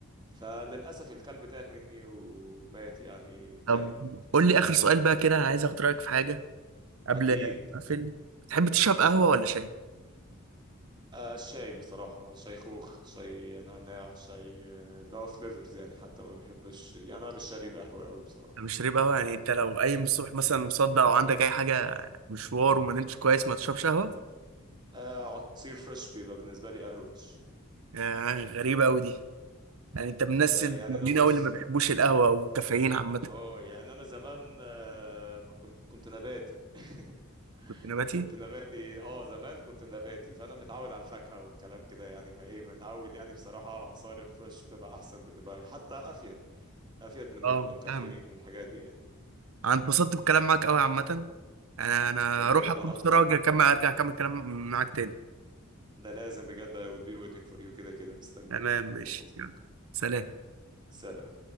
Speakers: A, on the right (about 20°); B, on the right (about 75°).
A: فللاسف الكلب تاه مني ومات يعني كان
B: طب قول لي اخر سؤال بقى كده عايز اخد رايك في حاجه قبل
A: اكيد
B: ما اقفل تحب تشرب قهوه ولا شاي
A: آه الشاي بصراحة شاي خوخ شاي نعناع شاي آه، اللي هو فليفرز يعني حتى ما بحبش يعني أنا مش شارب قهوة أوي بصراحة
B: انا مش شارب قهوه يعني انت لو قايم الصبح مثلا مصدع او عندك اي حاجه مشوار وما نمتش كويس ما تشربش قهوه
A: آه عصير فريش بيبقى بالنسبة لي أروش
B: آه غريبه قوي دي يعني انت من الناس
A: آه
B: القليلين
A: يعني أنا بص
B: قوي اللي ما بيحبوش القهوة والكافيين عامة
A: اه يعني انا زمان آه، ما كنت كنت نباتي
B: كنت
A: <laughs>
B: نباتي
A: كنت نباتي اه زمان كنت نباتي فانا متعود على الفاكهه والكلام كده يعني فايه متعود يعني بصراحه على عصائر الفريش بتبقى احسن بتبقى حتى افيد افيد من
B: اه
A: الكافيين
B: فاهم
A: والحاجات دي يعني
B: انا اتبسطت بالكلام معاك قوي عامة انا انا
A: ده بجد
B: اروح اكل
A: انا
B: بسرعة
A: اكتر
B: واجي اكمل ارجع اكمل كلام معاك تاني
A: ده لازم بجد I will be waiting for you كده كده مستنيك
B: تمام ماشي
A: منتظر
B: يلا سلام
A: سلام